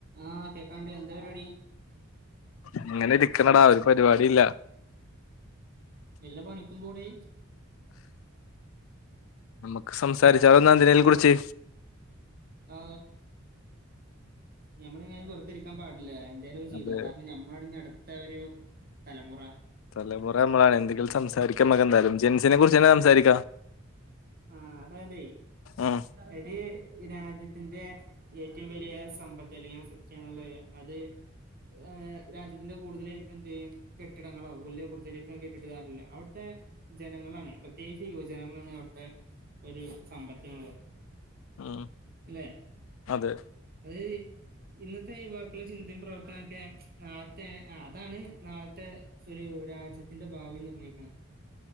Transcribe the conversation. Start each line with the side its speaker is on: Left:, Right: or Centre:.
Right: ആഹ കേക്കാണ്ട് എന്താ പരിപാടി.
Left: അങ്ങനെ ഇരിക്കണടാ ഒരു പരിപാടി ഇല്ല.
Right: വല്ല പണിക്കുമ്പോടി.
Left: നമുക്ക് സംസാരിച്ചാലോ നന്തിനേലും കുറിച്ച്.
Right: ആ ഞമ്മളിങ്ങനെ വെറുതെരിക്കാൻ പാടില്ല. എലൊക്കെ
Left: അതെ
Right: ചെയ്തോ കാരണം ഞമ്മആണ് അടുത്ത ഒരു തലമുറ.
Left: തലമുറ നമ്മളാണ്. എന്തെങ്കിലും സംസാരിക്കാമ്മക്കെന്തായാലും. ജെൻസിനെ കുറിച്ച്ന്നെ സംസാരിക്കാ.
Right: ആഹ അത ആയത്.
Left: ഉം
Right: ഒരു രാജ്യത്തിന്റെ. ഏറ്റവും വലിയ സമ്പത്ത്. അല്ലെങ്കിൽ സത്യ എന്നുള്ള അത്. ഹ് രാജ്യത്തിന്റെ കൂടുതലും എന്ത്. കെട്ടിടങ്ങളോ വലിയ ബുർജ്ഖലീഫ കെട്ടിട്ട് കാര്യല്ല അവിടുത്തെ ജനങ്ങളാണ് പ്രത്യേകിച്ച് യുവജനങ്ങളാണ്. അവിടുത്തെ ഒരു സമ്പർക്കുള്ളത്.
Left: ഉം
Right: അല്ലേ
Left: അതെ
Right: അതായത്.
Left: <inaudible>
Right: ഇന്നത്തെ യുവാക്കളെ ചിന്തയും പ്രവർത്തനൊക്കെ. നാളത്തെ അതാണ് നാളത്തെ ഒരു. രാജ്യത്തിന്റെ ഭാവി നിർണ്ണയിക്കണ്.